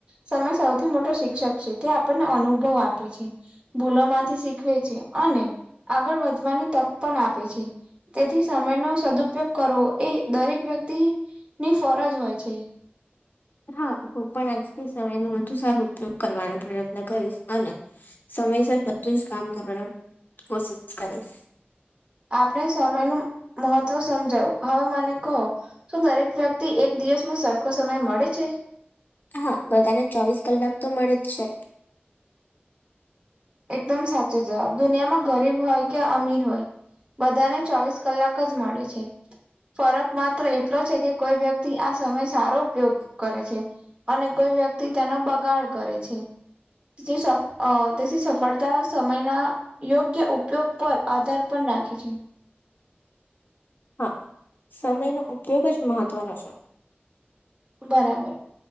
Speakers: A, on the right; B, on the left.
A: સમય સૌથી મોટો શિક્ષક છે, તે આપણને અનુભવ આપે છે. ભૂલો માંથી શીખવે છે, અને આગળ વધવાની તક પણ આપે છે. તેથી સમયનો સદઉપયોગ કરવો એ દરેક વ્યક્તિ ની ફરજ હોય છે.
B: હા હું પણ આજથી સમયનુ વધુ સારો ઉપયોગ કરવાનો પ્રયત્ન કરીશ અને સમયસર બધું જ કામ કરવાનું કોશિશ કરીશ
A: આપણે સમયનું મહત્વ સમજાવું હવે મને કહો શું દરેક વ્યક્તિ એક દિવસમાં સરખો સમય મળે છે.
B: હા બધાને ચોવીસ કલાક તો મળે જ છે.
A: એકદમ સાચો જવાબ દુનિયામાં ગરીબ હોય કે અમીર હોય બધાને ચોવીસ કલાક એક જ મળે છે, ફરક માત્ર એટલો છે કે કોઈ વ્યક્તિ સમય સારો ઉપયોગ કરે છે, અને કોઈ વ્યક્તિ તેનો બગાડ કરે છે. <unintelligible> પડતા સમયના યોગ્ય ઉપયોગ પર આધાર પણ રાખે છે.
B: હા સમયનો ઉપયોગ જ મહત્ત્વનો છે.
A: બરાબર